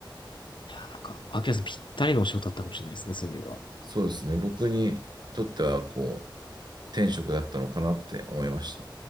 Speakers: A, on the left; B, on the right.
A: あなんか、秋山さんぴったりのお仕事だったかもしれないですね、そういう意味では。
B: そうですね、僕にとってはこう、天職だったのかなって思いました。